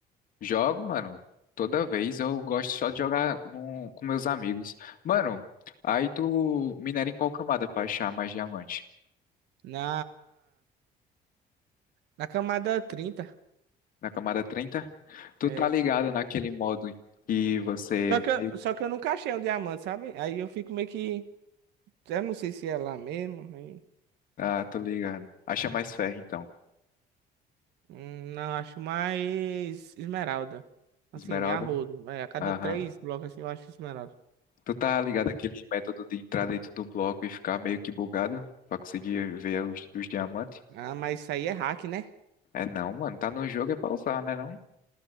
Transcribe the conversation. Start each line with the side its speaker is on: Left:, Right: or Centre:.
Left: Jogo, mano. Toda vez eu gosto só de jogar no- com meus amigos. Mano, aí tu minera em qual camada pra achar mais diamante?
Right: Na, na camada trinta
Left: Na camada 30? Tu
Right: É.
Left: tá ligado naquele modo que você.
Right: Só que, eu,
Left: meio-
Right: só que eu nunca achei um diamante, sabe? Aí eu fico meio que. Eu não sei se é lá mesmo. aí,
Left: Ah, tô ligado. Acha mais ferro, então.
Right: hum, não, acho mais esmeralda. Assim,
Left: Esmeralda?
Right: arrodo. É, a cada
Left: Aham.
Right: três blocos assim, eu acho esmeralda.
Left: Tu tá ligado naquele método de entrar dentro do bloco e ficar meio que bugado pra conseguir ver os, os diamantes?
Right: Ah, mas isso aí é hack, né?
Left: É não, mano. Tá no jogo é pra usar, né não?